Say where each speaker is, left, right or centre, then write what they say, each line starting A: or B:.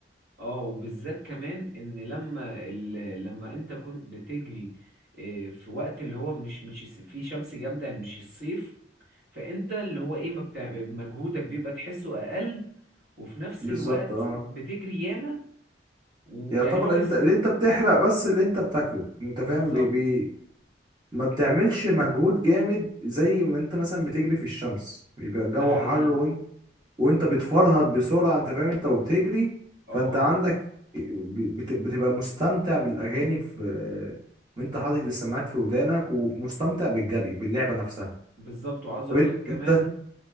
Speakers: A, on the right; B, on the right.
A: اه وبالذات كمان ان لما ال... لما انت كنت بتجري إيه، في وقت اللي هو مش مش الس- فيه شمس جامدة يعني مش الصيف فانت اللي هو ايه ما بتاع... مجهودك بيبقى تحسه اقل وفي نفس
B: بالظبط
A: الوقت
B: اه
A: بتجري ياما ويعني
B: يعتبر
A: في ناس
B: اللي انت اللي انت بتحرق بس اللي انت بتاكله انت
A: بالظبط
B: فاهم بي... بي... ما بتعملش مجهود جامد زي ما انت مثلا بتجري في الشمس بيبقى الجو
A: ده حقيقي
B: حر وانت وانت بتفرهد بسرعة انت فاهم انت وبتجري
A: اه
B: فانت عندك ب- بت... بتبقى مستمتع بالأغاني في وانت حاطط السماعات في ودانك ومستمتع بالجري باللعبة نفسها
A: بالظبط وعاوز
B: طب
A: اقولك
B: انت
A: كمان
B: انت